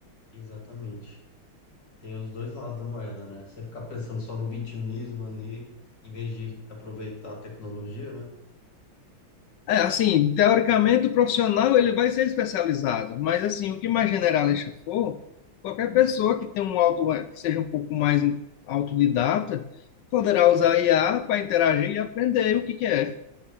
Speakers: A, on the left (about 55°); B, on the left (about 75°).
A: exatamente. Tem os dois lados da moeda, né? Você ficar pensando só no vitimismo ali, em vez de aproveitar a tecnologia, né?
B: É, assim, teoricamente o profissional ele vai ser especializado, mas assim, o que mais generalista for, qualquer pessoa que tenha um auto, que seja um pouco mais autodidata, poderá usar IA para interagir e aprender o que que é.